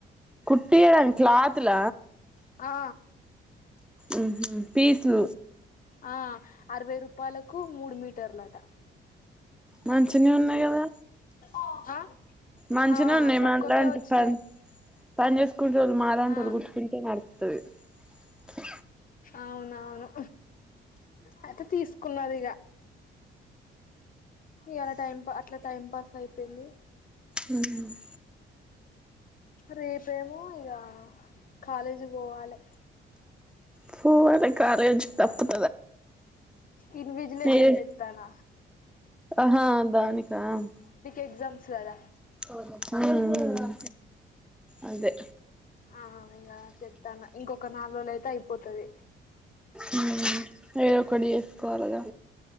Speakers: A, in the centre; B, on the left.
A: హీడన్ క్లాత్ల
B: ఆ
A: మ్మ్ హ్మ్ పీసులు
B: ఆ అరవై రూపాయలకు మూడు మీటర్లట
A: మంచిన ఉన్నాయి కదా
B: ఆ
A: మంచిన
B: ఆ
A: ఉన్నాయి
B: తక్కువకే
A: మనలాంటి
B: వచ్చినాయి
A: పన్ పని చేసుకుంటే వాళ్ళు మాలాంటి
B: ఆ
A: వాళ్ళు గుట్టుకుంటే నడుత త
B: అవునవును అయితే తీసుకున్నారు ఇగ ఇవాళ టైం టు అట్లా టైం పాస్ అయిపోయింది
A: మ్మ్
B: రేపు ఏమో ఇగ కాలేజీకి పోవాలి
A: పోవులే కాలేజ్ తప్పద్
B: ఇన్ విజలేషన్
A: ఏ
B: చెత్తన్న
A: ఆహా దానిక్ తమ్
B: ఎగ్జమ్స్ గద
A: ఓహో మ్మ్ హ్మ్ అదే
B: ఆ ఇక చెప్తాను ఇంకొక నాలుగు రోజు అయితే అయిపోతది
A: మ్మ్ ఏదో ఒకటి చేసుకోవాలగా